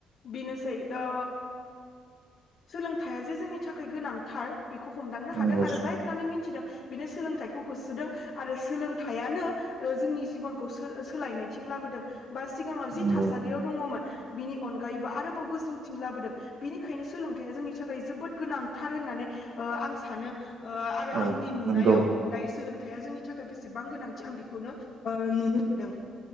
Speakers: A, on the left (about 65°); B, on the right (about 65°).
A: बिनोसै ओ सोलोंथाइया जे जोंनि थाखाय गोनांथार बेखौ हमदांनो
B: नंगौ
A: हादों आरो जायफ्रानो मिथिदों बिनो सोलोंथाइखौ होसोदों आरो सोलों थाइयानो ओ जोंनि जिबनखौ सोलायनायथिं लाबोदों बा सिगाङाव जि
B: नंगौ
A: थासारियाव दङमोन बिनि अनगायैबो आरोबाव गोजौथिं लाबोदों बिनिखायनो सोलोंथाइया जोंनि थाखाय जोबोद गोनांथार होननानै ओ आं सानो ओ आरो
B: औ
A: आंनि नुनायाव
B: नंगौ
A: दायो सोलोंथाइया जोंनि थाखाय बेसेबां गोनांथि आं बेखौनो ओ नुनो मोनदों